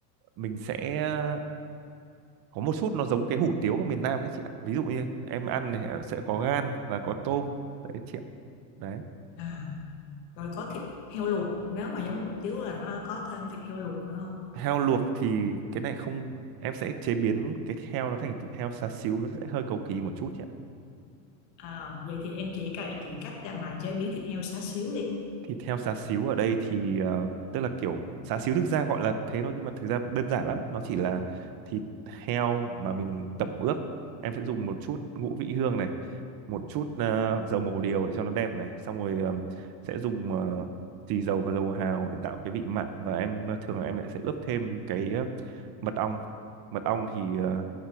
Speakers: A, on the right; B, on the left.
A: mình sẽ ờ, có một chút nó giống cái hủ tiếu ở miền Nam đấy chị ạ ví dụ như em ăn này ờ, sẽ có gan và có tôm đấy chị ạ đấy
B: à rồi có thịt heo luộc nếu mà giống hủ tiếu là nó có thêm thịt heo luộc nữa không
A: heo luộc thì cái này không em sẽ chế biến cái heo nó thành thịt heo xá xíu nó sẽ hơi cầu kỳ một chút nhỉ
B: à, vậy thì em chỉ cậy chị cách để mà chế biến thịt heo xá xíu đi
A: thịt heo xá xíu ở đây thì ờ, tức là kiểu xá xíu thực ra gọi là thế thôi nhưng mà thực ra đơn giản lắm nó chỉ là thịt heo mà mình tẩm ướp em sẽ dùng một chút ngũ vị hương này một chút ờ, dầu màu điều để cho nó đẹp này xong rồi ờ, sẽ dùng ờ, xì dầu và dầu hào để tạo cái vị mặn và em thường là em sẽ ướp thêm cái ờ, mật ong mật ong thì ờ,